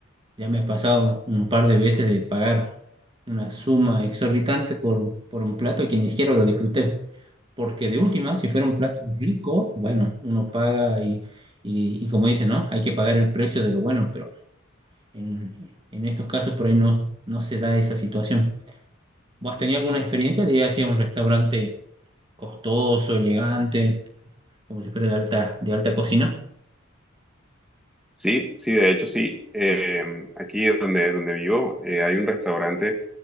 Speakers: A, on the right; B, in the centre.
A: ya me ha pasado un par de veces de pagar una suma exorbitante por, por un plato que ni siquiera lo disfruté, porque de última, si fuera un plato rico, bueno, uno paga y, y, y como dice, ¿no? Hay que pagar el precio de lo bueno, pero en, en estos casos por ahí no, no se da esa situación. ¿Vos has tenido alguna experiencia de ir hacia un restaurante costoso, elegante, como si fuera de alta, de alta cocina?
B: Sí, sí, de hecho sí. Eh, aquí donde, donde vivo eh, hay un restaurante